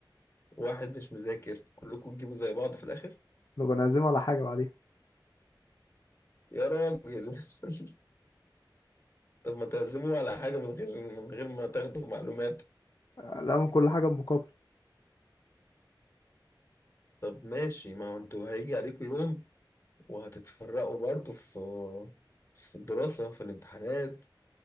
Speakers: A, on the left (about 30°); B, on the left (about 55°).
A: وواحد مش مذاكر كلكم تجيبوا زي بعض في الآخر
B: لو بنعزم على حاجة بعديها
A: يا راجل <laughs> طب ما تعزموا على حاجة من غير من غير ما تاخدوا معلومات
B: آه، لا من كل حاجة بمقابل
A: طب ماشي ما هو انتوا هيجي عليكم يوم وهتتفرقوا برضه في في الدراسة في الامتحانات